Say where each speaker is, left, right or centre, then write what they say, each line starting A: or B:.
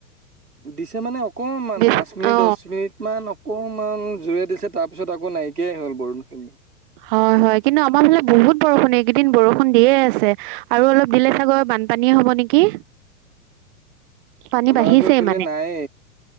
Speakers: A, on the right; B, on the right.
A: দিছে মানে অকণমান
B: দি
A: পাঁচ মিনিত
B: অ
A: দছ <unintelligible> অকমান জোৰে দিছে তাৰপিছত আকৌ নাইকিয়াই হল বৰণখিনি
B: হয় হয় কিন্তু আমাৰ ফালে বহুত বৰষুণ এইকেইদিন বৰষুণ দিয়ে আছে আৰু অলপ দিলে চাগৈ বানপানীয়ে হ'ব নেকি। পানী
A: আমাৰ
B: বাঢ়িছেই
A: আকৌ এইফালে
B: মানে
A: নাই